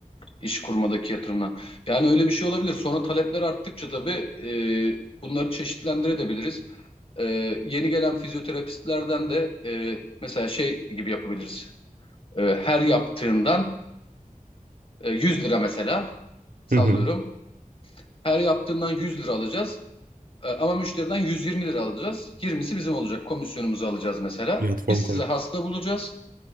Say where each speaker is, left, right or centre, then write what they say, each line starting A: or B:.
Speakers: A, on the left; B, on the right.
A: İş kurmadaki yatırımdan. Yani öyle bir şey olabilir. Sonra talepler arttıkça tabii e, bunları çeşitlendirebiliriz. Ee, yeni gelen fizyoterapistlerden de e, mesela şey gibi yapabiliriz. Ee, her yaptığından e, 100 lira mesela sallıyorum.
B: Hı hı.
A: Her yaptığından 100 lira alacağız. Ee, ama müşteriden 120 lira alacağız. 20'si bizim olacak. Komisyonumuzu alacağız mesela.
B: Platform
A: Biz size hasta bulacağız.